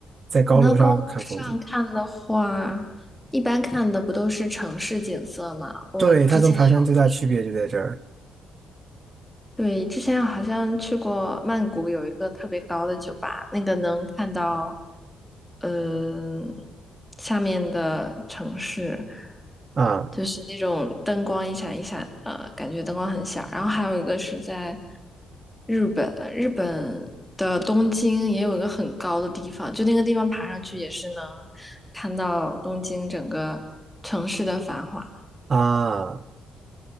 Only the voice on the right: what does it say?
在高楼上看风景。
对，它跟爬山最大区别就在这儿
啊
啊！